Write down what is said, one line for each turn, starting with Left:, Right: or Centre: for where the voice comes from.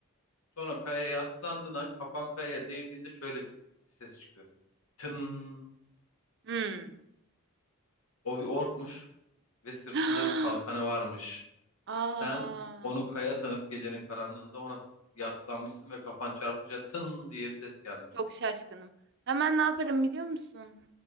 Left: Sonra kayaya yaslandığın kafan kayaya değdiğinde şöyle bir ses çıkıyor. Tın.
Right: Hmm.
Left: O bir orkmuş. ve sırtında
Right: <gasps>
Left: bir kalkanı varmış.
Right: Aa,
Left: Sen onu kaya sanıp gecenin karanlığında ona yaslanmışsın ve kafan çarpınca tın diye bir ses gelmiş.
Right: çok şaşkınım. Hemen ne yaparım biliyor musun?